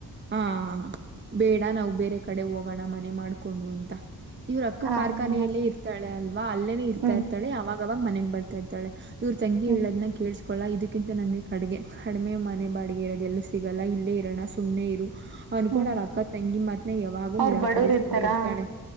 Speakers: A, on the right; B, on the right.
A: ಹಾ ಬೇಡ ನಾವು ಬೇರೆ ಕಡೆ ಹೋಗೋಣ ಮನೆ ಮಾಡ್ಕೊಂಡು ಅಂತ. ಇವ್ರ ಅಕ್ಕ
B: ಹ
A: ಕಾರ್ಖಾನೆಯಲ್ಲೇ
B: ಆಮೇಲೆ
A: ಇರ್ತಾಳೆ ಅಲ್ವಾ ಅಲ್ಲೇನೇ ಇರ್ತಾ
B: ಹ್ಮ್
A: ಇರ್ತಾಳೆ ಅವಾಗವಾಗ ಮನೆಗ್ ಬರ್ತಾ ಇರ್ತಾಳೆ. ಇವ್ರ ತಂಗಿ
B: ಹ್ಮ್
A: ಹೇಳ. ಸ್ಕೊಳ್ಳಲ್ಲ ಇದಕ್ಕಿಂತ ನಮ್ಗೆ ಕಡ್ಗೆ ಕಡಿಮೆ ಮನೆ ಬಾಡಿಗೆ ಇರೋದೆ ಎಲ್ಲೂ ಸಿಗಲ್ಲ ಇಲ್ಲೇ ಇರೋಣ ಸುಮ್ನೆ ಇರು. ಅನ್ಕೊಂಡರ
B: ಹ್ಮ್
A: ಅಕ್ಕ ತಂಗಿ ಮಾತ್ನ ಯಾವಾಗೂ
B: ಅವ್ರ
A: ನಿರಾಕರಿಸ್ತಾನೆ
B: ಬಡವರು ಇರ್ತಾರಾ
A: ಇರ್ತಾಳೆ.